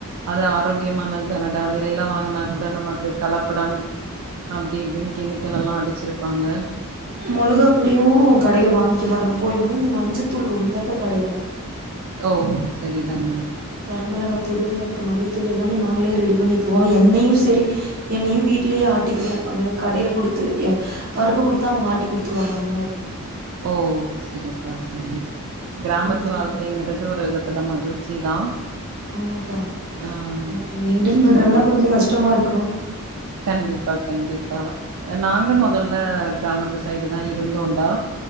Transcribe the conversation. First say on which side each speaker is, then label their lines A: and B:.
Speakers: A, on the right; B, on the right.
A: அது ஆரோக்கியமானத் தானடா வெளிலல்லா வாங்கினா கூட நமக்கு கலப்படம் அப்டி இப்டின் கெமிக்கல் எல்லா அடிச்சிருப்பாங்க
B: மொளகா பொடியு கடைல வாங்கிக்க மாட்டோ போயு போயு இந்த மஞ்சத்தூள் ஒண்ணுதாக்கா கடைல
A: ஓ செரிடாமா
B: வரமெளகாத்தூளு அப்பற மல்லித்தூளு எல்லாமே நாங்களே ரெடி பண்ணிக்குவோ எண்ணெய்யு செரி எண்ணெய்யு வீட்லே ஆட்டிகுவோ அதாவ்து கடைல குடுத் து எ பருப்பு குடுத்தா அவ்ங்க ஆட்டி குடுத்துருவாங்க அந்த மாரி
A: ஓ செரிப்பா செரி கிராமத்து
B: ம்
A: வாழ்க்கைங்கிற இது ஒரு விதத்துல மகிழ்ச்சி தா
B: ஆமாக்கா
A: ஆ
B: ஆனா மெய்டன்
A: நிச்சயமா
B: பண்றதுதா கொஞ்ச கஷ்டமா இருக்கு
A: கண்டிப்பா கண்டிப்பா அ நாங்க மொதல்ல கிராமத்து சைடு தா இருந்தோன்டா